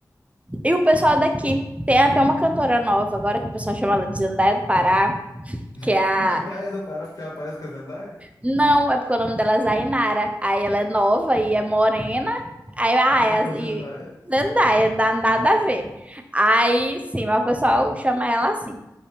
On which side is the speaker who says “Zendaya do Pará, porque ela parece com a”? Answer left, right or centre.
Left